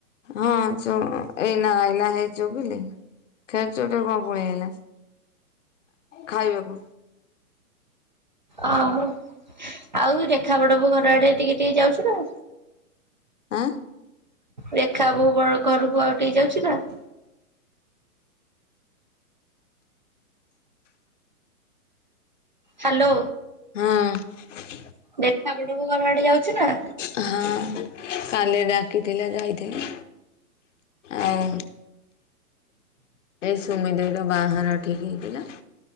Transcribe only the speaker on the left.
ହଁ ଏନା ଆଲା ହେ ଯବି ଲାଇ। ଖେଚଟରେ କଣ ପଳେଇଲା ଖାଇବାକୁ।
ଆଁ
ହୁଁ
ହଁ କାଲି ଡାକିଥିଲେ ଯାଇଥିଲି ଆଉ। ସୁମି ଦେଇ ର ବାହାଘର ଠିକ୍ ହେଇଥିଲା